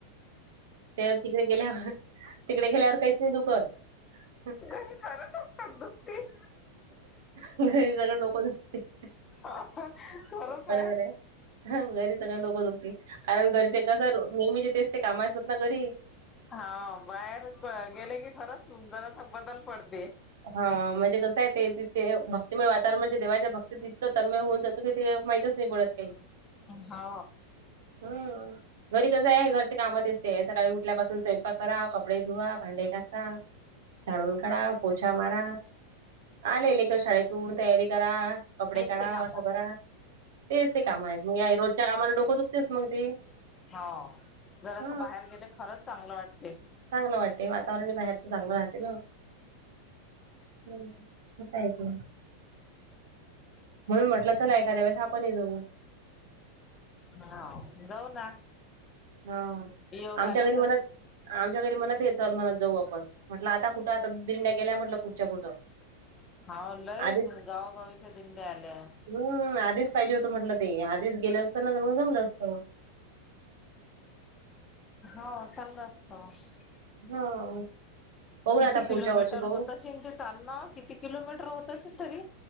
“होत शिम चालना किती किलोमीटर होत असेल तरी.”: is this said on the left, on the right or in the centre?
Left